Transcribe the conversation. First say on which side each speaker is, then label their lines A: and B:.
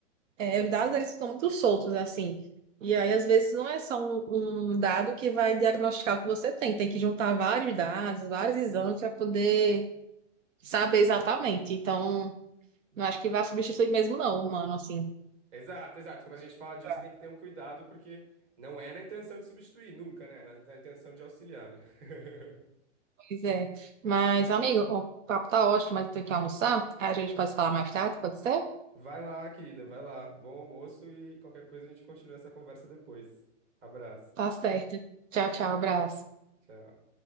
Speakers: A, on the right; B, on the right.
A: é, os dados eles ficam muito soltos, assim. E aí, às vezes, não é só um, um dado que vai diagnosticar o que você tem. Tem que juntar vários dados, vários exames para poder saber exatamente. Então, não acho que vai substituir mesmo, não, o humano, assim.
B: Exato, exato. Quando a gente fala disso,
A: Tá.
B: tem que ter um cuidado, porque não é na intenção de substituir, nunca, né? Na, na intenção de auxiliar, né? <laughs>
A: Pois é. Mas, amigo, o papo tá ótimo, mas eu tenho que almoçar. Aí A gente pode falar mais tarde, pode ser?
B: Vai lá, querida, vai lá. Bom almoço e qualquer coisa a gente continua essa conversa depois. Abraço.
A: Tá certo. Tchau, tchau, abraço.
B: Tchau.